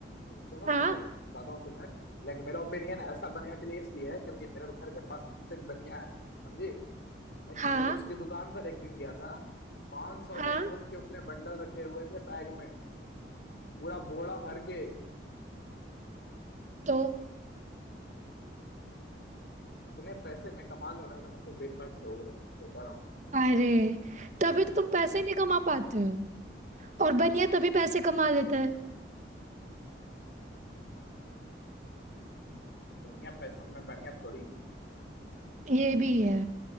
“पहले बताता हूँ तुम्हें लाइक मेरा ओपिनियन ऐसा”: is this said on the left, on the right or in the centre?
Left